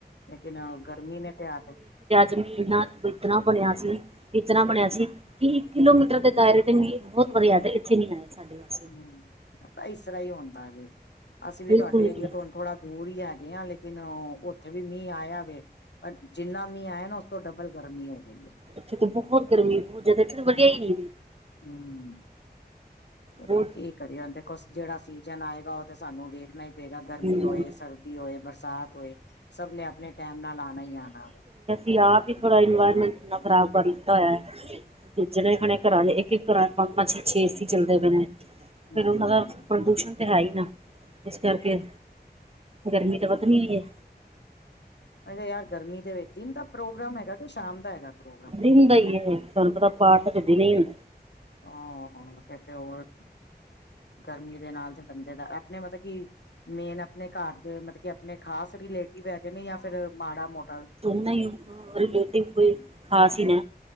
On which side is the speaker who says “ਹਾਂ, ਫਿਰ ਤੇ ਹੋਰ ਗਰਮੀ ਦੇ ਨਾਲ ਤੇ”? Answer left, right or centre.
Left